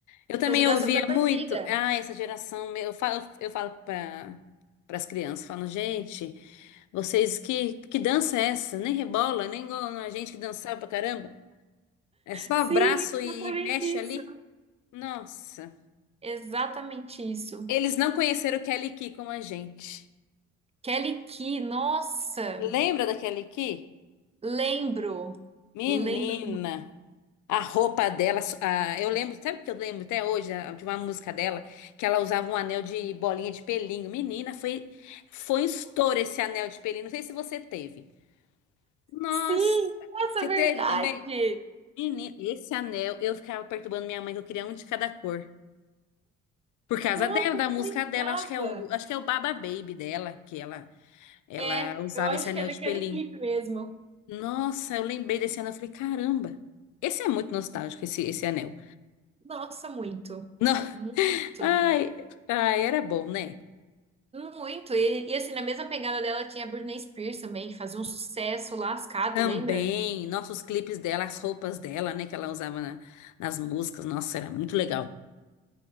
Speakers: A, on the left; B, on the right.
A: Eu também
B: Essa geração
A: ouvia
B: tá perdida.
A: muito, ah, essa geração, meu", eu falo, eu falo para as crianças, falo, gente, vocês que que dança é essa? Nem rebola, nem igual a gente que dançava pra caramba. É só abraço
B: Sim,
A: e
B: exatamente
A: mexe
B: isso.
A: ali. Nossa.
B: Exatamente isso.
A: Eles não conheceram Kelly Key como a gente.
B: Kelly Key, nossa,
A: Lembra da Kelly Key?
B: lembro,
A: Menina,
B: lembro.
A: a roupa dela, a- eu lembro, sabe o que eu lembro até hoje a- de uma música dela, que ela usava um anel de bolinha de pelinho. Menina, foi foi um estouro esse anel de pelinho. Não sei se você teve. Nossa,
B: Sim, nossa,
A: você
B: verdade.
A: teve também? Menina, esse anel, eu ficava perturbando minha mãe que eu queria um de cada cor. Por causa
B: Nossa,
A: dela, da
B: eu
A: música
B: não lembrava.
A: dela, acho que é o, acho que é o Baba Baby dela, que ela ela
B: É,
A: usava
B: eu acho
A: esse anel
B: que é naquele
A: de pelinho.
B: clipe mesmo.
A: Nossa, eu lembrei desse anel, eu falei, caramba. Esse é muito nostálgico, esse, esse anel.
B: Nossa, muito.
A: Não.
B: Muito.
A: Ai, ai, era bom, né?
B: Muito. E, e, assim, na mesma pegada dela tinha a Britney Spears também, que fazia um sucesso lascado,
A: Também,
B: lembra?
A: nossos clipes dela, as roupas dela, né, que ela usava na- nas músicas, nossa, era muito legal.